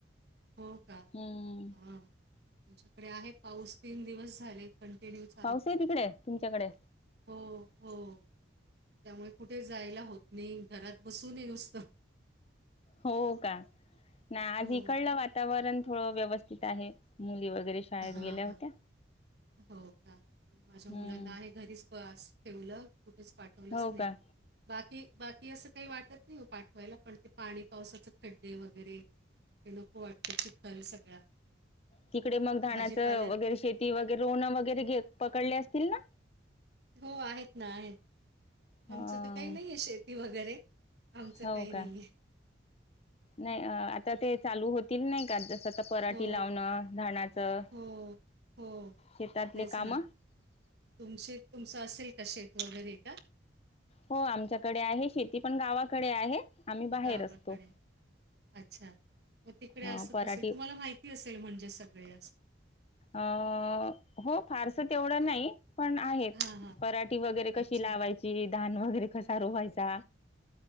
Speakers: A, on the right; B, on the left.
A: हो का
B: हम्म.
A: हां आमच्याकडे आहे पाऊस, तीन दिवस झाले. कन्टिन्युच
B: पाऊस ये, तिकडे तुमच्याकडे?
A: हो, हो. त्यामुळे कुठे जायला होत नाही घरात बसूनये नुसतं.
B: हो का, ना आज
A: हो
B: इकडलं वातावरण थोडं व्यवस्थित आहे मुली वगैरे शाळेत
A: हां
B: गेल्या
A: हां
B: होत्या.
A: हो का, माझ्या
B: हम्म
A: मुलांना आहे घरीच पास ठेवलं. कुठेच पाठवलंच
B: हो
A: नाही.
B: का
A: बाकी बाकी असं काही वाटत नाही हो पाठवायला पण ते पाणी पावसाचे खड्डे वगैरे. ते नको वाटत चिखल सगळा.
B: तिकडे मग धणाचं
A: भाजीपाल्याला
B: वगैरे शेती वगैरे रोन वगैरे घे पकडले असतील ना?
A: हो आहेत ना आहेत.
B: अं,
A: आमचं तर काही नाहीये शेती वगैरे, आमचं
B: हो
A: काही नाहीये.
B: का नाही आता ते चालू होतील नाही का जसं आता पराठी
A: हो
B: लावणं धाणाचं.
A: हो हो
B: शेतातले
A: तेच
B: काम.
A: ना तुमचे तुमचं असेल का शेत वगैरे का?
B: हो आमच्याकडे आहे शेती पण गावाकडे आहे. आम्ही बाहेर
A: गावाकडे,
B: असतो
A: अच्छा, म तिकडे
B: अं,
A: असत
B: पराठी
A: असेल तुम्हाला माहि ती असेल म्हणजे सगळे असे.
B: अ हो फारस तेवढं नाही पण आहेत.
A: हां हां
B: पराठी वगैरे कशी
A: अच्छा
B: लावायची धान वगैरे कसा रोवायचा.